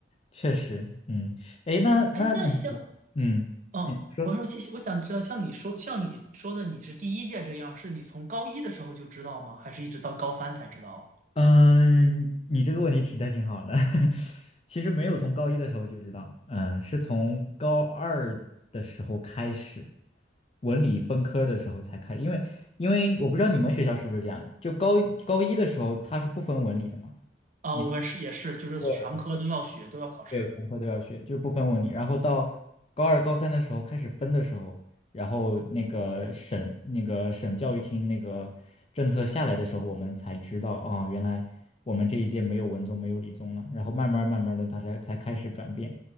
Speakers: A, on the left; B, on the right.
A: 确实，嗯，诶，那那，
B: 哎，那像，
A: 嗯，
B: 嗯，
A: 你说。
B: 我说其实我想知道，像你说像你说的，你是第一届这样，是你从高一的时候就知道吗？还是一直到高三才知道啊？
A: 嗯，你这个问题提的挺好的。<laughs> 其实没有从高一的时候就知道，嗯，是从高二的时候开始，文理分科的时候才开因为因为我不知道你们学校是不是这样，就高高一的时候它是不分文理的嘛？
B: 啊，
A: 你
B: 我们是也是，就是全科都要学，
A: 对
B: 都要考试。
A: 对，全科都要学，就是不分文理。然后到高二、高三的时候开始分的时候，然后那个省那个省教育厅那个政策下来的时候，我们才知道啊、原来我们这一届没有文综，没有理综了。然后慢慢慢慢的，大家才开始转变，